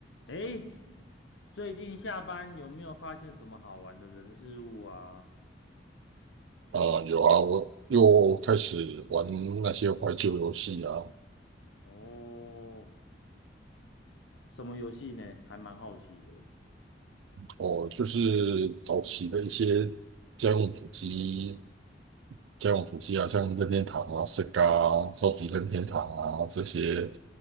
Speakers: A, on the left; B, on the right.
A: 诶，最近下班有没有发现什么好玩的人事物啊？
B: 啊、有啊，我又开始玩那些怀旧游戏啊，
A: 哦，什么游戏呢？还蛮好奇的。
B: 哦，就是早期的一些家用主机，家用主机啊，像任天堂啊、Sega 啊、超级任天堂啊这些，